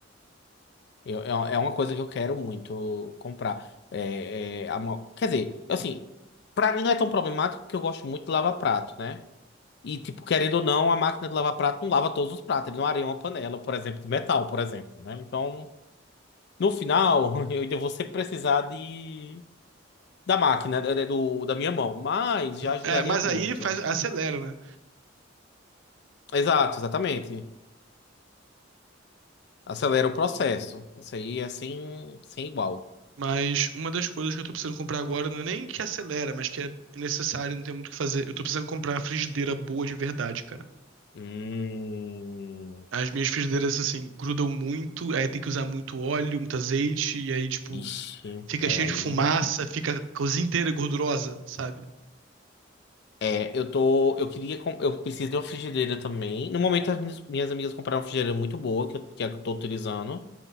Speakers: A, on the left (about 60°); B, on the right (about 80°).
A: Eu- é, uma- é uma coisa que eu quero muito comprar. É, é, a mo- quer dizer, assim, pra mim não é tão problemático porque eu gosto muito de lavar prato, né? E, tipo, querendo ou não, a máquina de lavar prato não lava todos os pratos. Ele não areia uma panela, por exemplo, de metal, por exemplo, né? Então, no final, <laughs> eu ainda vou sempre precisar de... da máquina, da- da- do, da minha mão. Mas já ajudaria
B: É, é, mas
A: muito.
B: aí faz, acelera, né?
A: Exato, exatamente. Acelera o processo. Isso aí é sem, sem igual.
B: Mas uma das coisas que eu tô precisando comprar agora não é nem que acelera, mas que é necessário, não tem muito o que fazer. Eu tô precisando comprar uma frigideira boa de verdade, cara.
A: Hum...
B: As minhas frigideiras, assim, grudam muito, aí tem que usar muito óleo, muito azeite, e aí, tipo,
A: Ixi,
B: fica
A: é
B: cheio
A: aí.
B: de fumaça, fica a cozinha inteira gordurosa, sabe?
A: É, eu tô. Eu queria. com- Eu preciso de uma frigideira também. No momento, as minhas, minhas amigas compraram uma frigideira muito boa, que, eu- que é a que eu tô utilizando.